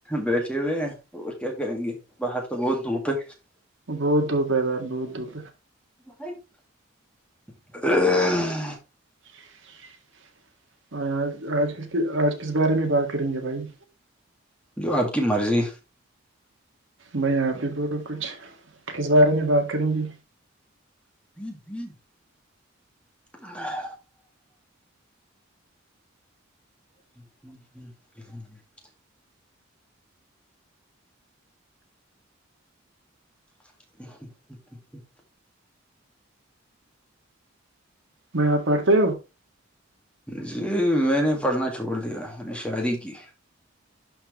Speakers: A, in the centre; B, on the right (about 65°).
A: بیٹھے ہوئے ہیں اور کیا کریں گے باہر تو بہت دھوپ ہے
B: بہت دور پ ہے بار بہت دور
A: <inaudible>
B: <inaudible> آج آج کس آج کس بارے میں بات کریں گے بھائی
A: جو آپ کی مرضی
B: میں یہ آاںپ ہی بولو کچھ ک بارے میں بات کریں گی
A: جی <inaudible> <inaudible> <inaudible>
B: میں آاں پڑھتے
A: جی میں نے پڑھنا چھوڑ دیا میں نے شادی کی